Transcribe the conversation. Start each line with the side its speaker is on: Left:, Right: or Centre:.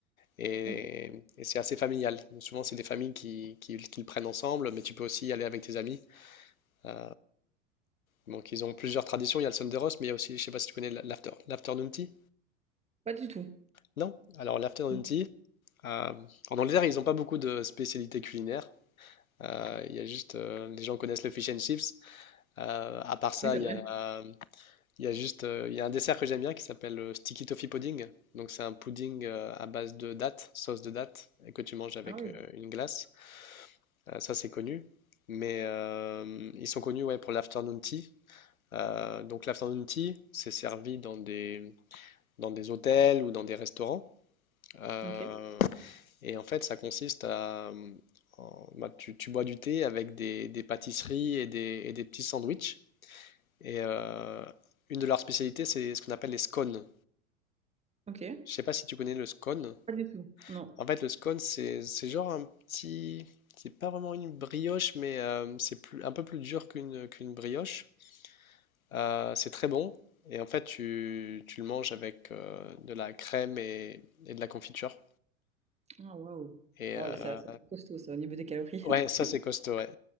Left: Et,
Right: ok.
Left: et c'est assez familial. Souvent c'est des familles qui, qui, qui le prennent ensemble, mais tu peux aussi y aller avec tes amis. Euh, donc ils ont plusieurs traditions. Il y a le Sunday roast, mais il y a aussi, je ne sais pas si tu connais l'after- l'afternoon tea.
Right: Pas du tout.
Left: Non, alors l'afternoon
Right: Non.
Left: tea, euh, en Angleterre, ils n'ont pas beaucoup de spécialités culinaires. Euh, Il y a juste, euh, les gens connaissent le fish and chips. Euh, à part ça,
Right: Oui, c'est
Left: il
Right: vrai.
Left: y a, euh, il y a juste, euh, il y a un dessert que j'aime bien qui s'appelle le sticky toffee pudding. Donc c'est un pudding euh, à base de dattes, sauce de dattes, et que tu manges avec
Right: Ah oui.
Left: euh, une glace. Euh, ça c'est connu. Mais euh, ils sont connus ouais, pour l'afternoon tea. Euh, donc l'afternoon tea, c'est servi dans des, dans des hôtels ou dans des restaurants. Euh,
Right: Ok,
Left: Et en fait, ça consiste à... euh, en- bah, tu, tu bois du thé avec des, des pâtisseries et des, et des petits sandwichs. Et euh, une de leurs spécialités, c'est ce qu'on appelle les scones.
Right: ok.
Left: Je sais pas si tu connais le scone.
Right: Pas du tout. Non.
Left: En fait, le scone, c'est c'est genre un petit... C'est pas vraiment une brioche, mais euh, c'est plus, un peu plus dur qu'une qu'une brioche. Euh, c'est très bon. Et en fait, tu, tu le manges avec euh, de la crème et, et de la confiture.
Right: Ah, waouh.
Left: Et
Right: Oh
Left: euh,
Right: là, ça, ça doit être costaud, ça, au niveau des calories.
Left: ouais,
Right: <laughs>
Left: ça c'est costaud. ouais.